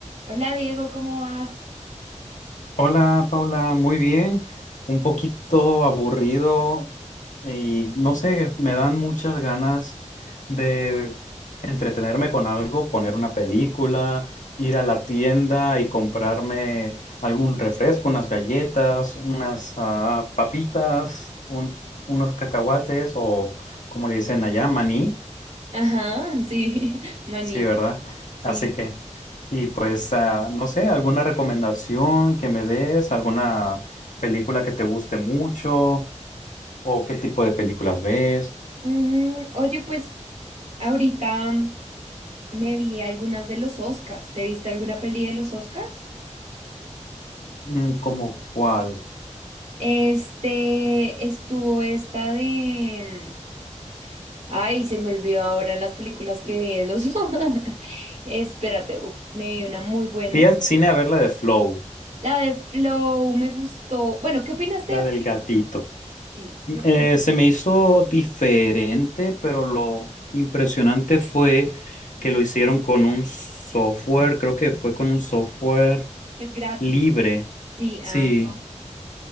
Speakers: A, on the right; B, on the left.
A: Hola Diego, ¿cómo vas?
B: Hola Paula, muy bien, un poquito aburrido y no sé, me dan muchas ganas de entretenerme con algo, poner una película, ir a la tienda y comprarme algún refresco, unas galletas, unas ah, papitas, un- unos cacahuates o como le dicen allá, maní.
A: Ajá, sí, <laughs> maní.
B: Sí, ¿verdad?
A: Sí.
B: Así que, y pues, ah, no sé, alguna recomendación que me des, alguna película que te guste mucho, o qué tipo de películas ves,
A: Mm, oye, pues ahorita me vi algunas de los Oscars. ¿Te viste alguna peli de los Oscars?
B: Mm, como cuál.
A: Este, estuvo esta de... Ay, se me olvidó ahora las películas que vi de los... <laughs> Espérate, u- me vi una muy buena.
B: Fui al cine a ver la de Flow,
A: La de Flow me gustó. Bueno, ¿qué opinaste
B: la
A: de
B: del
A: Flow?
B: gatito.
A: Sí, ¿qué opinas?
B: Eh, se me hizo diferente, pero lo impresionante fue que lo hicieron con un software, creo que fue con un software
A: Que es gratis.
B: libre.
A: Sí,
B: Sí,
A: ah,